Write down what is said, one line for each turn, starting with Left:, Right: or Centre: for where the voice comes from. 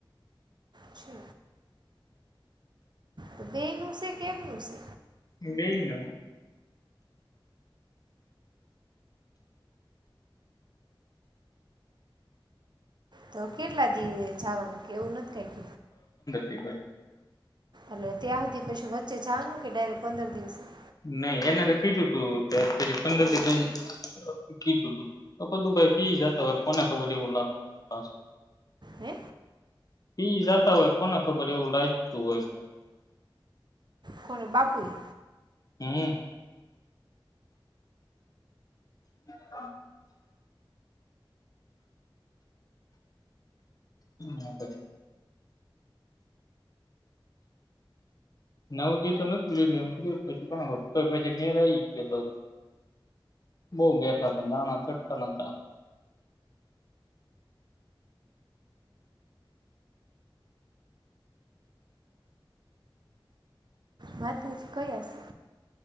Right: છે. તો બે નું છે કે એક નું છે?
Left: બૈ નો.
Right: તો કેટલા દી જવાના કે એવું નથ કઈ?
Left: એ ભાઈ
Right: એટલે ત્યાં સુધી પછું વચ્ચે જનું કે ડાયરેક્ટ પંદર દિવસે?
Left: નહી એને તો કીધું તું પછી પંદર થીસ કીધું તું બધું ભાઈ પી જતા હોય કોને ખબર એવું લાગતું પા
Right: હે
Left: પી જતા હોય કોને ખબર એવું લાગતું હોય છે.
Right: કરરો બાપુ એ?
Left: હમ્મ. <unintelligible> હા તો નવ દી તો નું લીધું એમ કીધું પછય પછી ઘેર આવી ગ તો બહુ બેઠા હતા નાણા ચઢતા નતા.
Right: વાત તું જ કયા હશે?